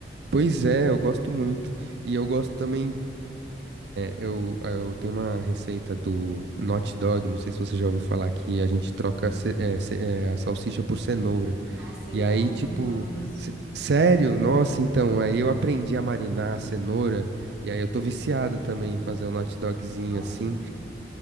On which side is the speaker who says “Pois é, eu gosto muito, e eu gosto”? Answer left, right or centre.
Right